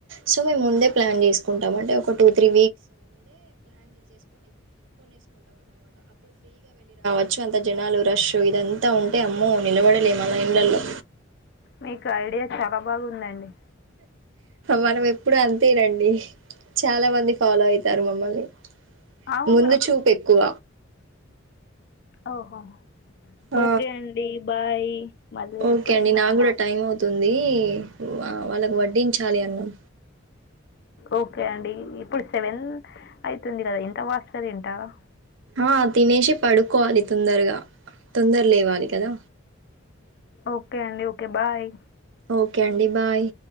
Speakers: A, on the right; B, on the left.
A: సో మేము ముందే ప్లాన్ చేసుకుంటామ అంటే ఒక టూ త్రీ ఖర్చ్చు అంత జనాలు రష్ ఇదంతా ఉంటే అమ్మో నిలబడలేములా ఎండలో
B: మీకు ఐడియా చాలా బాగుందండి
A: మనం ఎప్పుడు అంతేనండి చాలా మంది ఫాలో అవుతారు మమ్మల్ని
B: అవును
A: ముందు చూపు ఎక్కువ
B: ఓహో
A: ఆ
B: ఓకే అండి బాయ్ మళ్ళీ
A: ఓకే
B: ఎప్పుడైనా
A: అండి నా కూడా
B: మాట్లాడుకో
A: టైం అవుతుంది ఆ వాళ్ళకు వడ్డించాలి అన్నం
B: ఓకే అండి ఇప్పుడు సెవెన్ అయితుంది కదా ఇంత వాస్ క తింటారా
A: ఆ తినేసి పడుకోవాలి తొందరగా తొందర లేవాలి కదా
B: ఓకే అండి ఓకే బాయ్
A: ఓకే అండి బాయ్